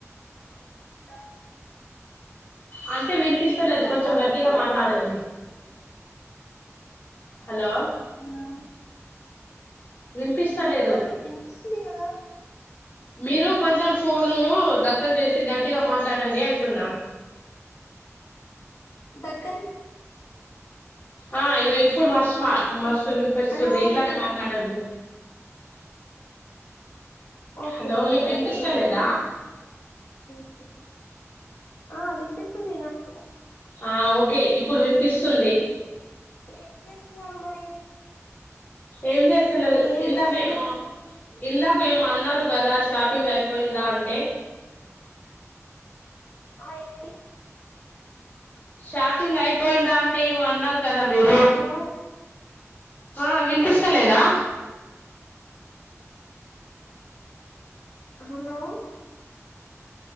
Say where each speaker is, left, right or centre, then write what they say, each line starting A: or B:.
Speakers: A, on the left; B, on the left.
A: హలో
B: ఆంటీ వినిపిస్తలేదు
A: వినిపిస్తలేదా
B: కొంచెం గట్టిగా మాట్లాడండి హలో
A: హలో
B: వినిపిస్తలేదు
A: ఆ నాకు వినిపిస్తుంది కదా
B: మీరు కొంచెం ఫోను దగ్గర చేసి గట్టిగా మాట్లాడండి అంటున్నా
A: దగ్
B: ఆ ఇగో మస్తు మస్తు వినిపిస్తుంది
A: హలో
B: ఇట్లానే మాట్లాడండి
A: ఓకే
B: హలో
A: ఓకే
B: మీకు వినిపిస్తలేద
A: ఊహు ఆ వినిపిస్తుంది నాకు కూడ
B: ఆ ఓకే ఇప్పుడు వినిపిస్తుంది
A: ఏం జేస్తున్నారు మరి
B: ఏం జేస్తలే
A: ఓకే ఏం
B: ఇందాక
A: చేస్తున్నారు
B: ఏమో ఇందాక ఏమొ అన్నారు గదా షాపింగ్ అయిపోయిందా అంటే
A: ఆ ఏంటి
B: షాపింగ్ అయిపోయిందా అంటే ఏమో అన్నారు కదా మీరు
A: హలో
B: ఆ వినిపిస్త లేదా
A: హలో